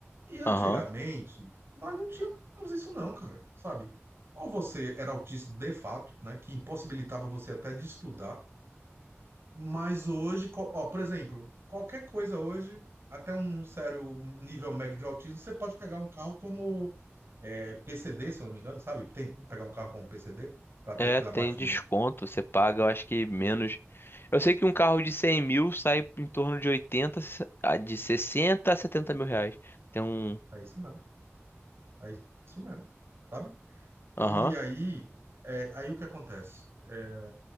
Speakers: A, on the right; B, on the left.
A: E antigamente,
B: Aham.
A: nós não tínhamos isso não, cara, sabe? Ou você era autista de fato, né, que impossibilitava você até de estudar, mas hoje, co- ó, por exemplo, qualquer coisa hoje, até um sério nível médio de autismo, você pode pegar um carro como é, PCD, se eu não me engano, sabe? Tem que pegar um carro como PCD para ter
B: É,
A: aquele
B: tem
A: abatimento.
B: desconto. Você paga, eu acho que menos. Eu sei que um carro de 100 mil sai em torno de 80 se- ah, de 60 a 70 mil reais. Tem um.
A: É isso mesmo. É isso mesmo. Sabe?
B: Aham.
A: E aí, é, aí o que acontece? É,